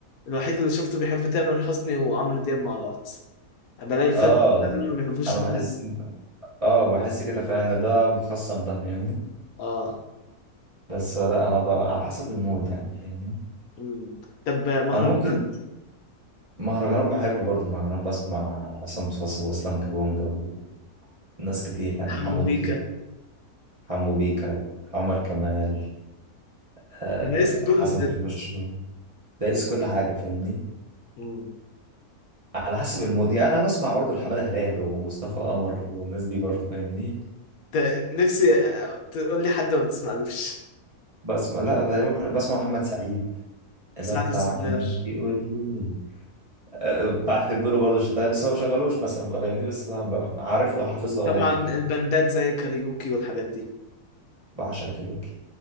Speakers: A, on the left (about 70°); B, on the right (about 25°).
A: الوحيد اللي شفته بيحب تامر حسني وعمرو دياب مع بعض بلاقي الفن
B: اه
A: دول ما بيحبوش
B: انا
A: دول
B: بحس إن- اه بحس كده فعلا ان ده مخصم ده فاهمني
A: اه
B: بس لا انا بقى على حسب المود يعني فاهمني
A: مم. طب مهرجانات
B: انا ممكن مهرجانات بحب برضو مهرجانات بسمع عصام صاصا واسلام كابونجا ناس كتير يعني
A: حمو
B: حمو الطيخ
A: بيكا
B: حمو بيكا عمر كمال آه،
A: انت دايس في كله
B: حسن
A: بجد
B: شاكوش شوية دايس كل حاجة فاهمني
A: مم.
B: على حسب المود يعني أنا بسمع برضو لحمادة هلال ومصطفى قمر والناس دي برضو فاهمني
A: ت- نفسي آه، تقول لي حد ما بتسمعلوش
B: بسمع لا دايما كنت بسمع محمد سعيد اللي
A: سعد
B: هو بتاع
A: الصغير
B: كنت قليل أه بحب له برضو الشتايم بس ما بشغلوش مثلا بقى فاهمني بس بقى بقى عارف لو حافظ له
A: طبعا
B: أغاني وكده
A: البندات زي كاريوكي والحاجات دي
B: بعشق كايروكي